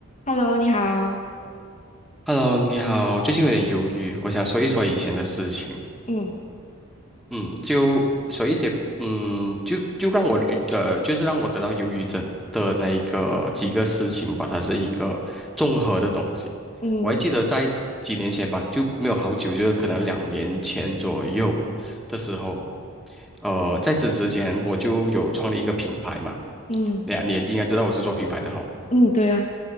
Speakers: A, on the left; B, in the centre.
A: Hello，你好。
B: Hello，你好，最近有点忧郁，我想说一说以前的事情。
A: 嗯
B: 嗯，就说一些，嗯，就就让我捋呃，就是让我得到忧郁症的那一个几个事情吧，它是一个综合的东西。
A: 嗯
B: 我还记得在几年前吧，就没有好久，就是可能两年前左右的时候，呃，在此之前我就有创立一个品牌嘛，
A: 嗯
B: 对呀，你也应该知道我是做品牌的哈。
A: 嗯，对啊，